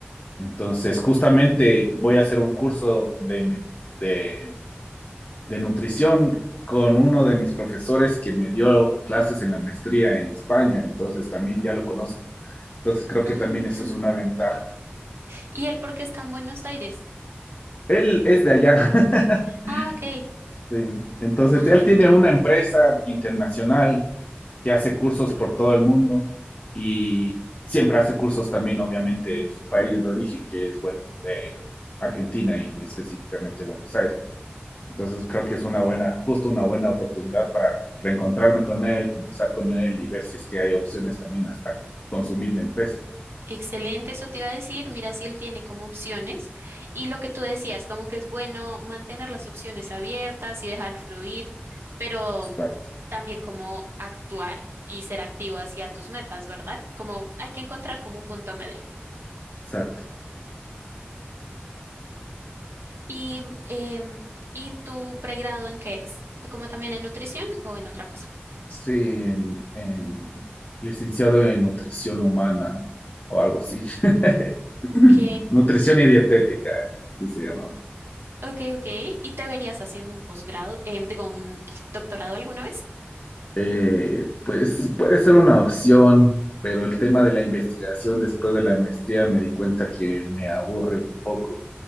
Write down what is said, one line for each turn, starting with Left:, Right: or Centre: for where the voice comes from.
Left: Entonces, justamente voy a hacer un curso de, men- de de nutrición con uno de mis profesores que me dio clases en la maestría en España, entonces también ya lo conozco. Entonces creo
Right: Ah,
Left: que también
Right: mira.
Left: eso es una ventaja.
Right: ¿Y el por qué está en Buenos Aires?
Left: Él es de allá. <laughs>
Right: Ah, ok.
Left: sí. Entonces
Right: Ah,
Left: él
Right: mira.
Left: tiene una empresa internacional que hace cursos por todo el mundo y siempre hace cursos también, obviamente, en su país de origen, que es, bueno, de Argentina y específicamente Buenos Aires. Entonces creo que es una buena, justo una buena oportunidad para reencontrarme con él, conversar con él y ver si es que hay opciones también hasta con su misma empresa.
Right: Excelente, eso te iba a decir. Mira si él tiene como opciones. Y lo que tú decías, como que es bueno mantener las opciones abiertas y dejar fluir, pero
Left: Exacto,
Right: también como actuar y ser activo hacia tus metas, ¿verdad? Como hay que encontrar como un punto medio.
Left: exacto.
Right: ¿Y, em, ¿y tu pregrado en qué es? ¿Como también en nutrición o en otra cosa?
Left: Sí, en, en licenciado en nutrición humana o algo así. <clears throat> <laughs>
Right: Ok.
Left: Nutrición y dietética, eh, así se llama.
Right: Ok, ok. ¿Y te verías haciendo un posgrado, em, digo, un doctorado alguna vez?
Left: Eh, pues puede ser una opción, pero el tema de la investigación después de la maestría me di cuenta que me aburre un poco.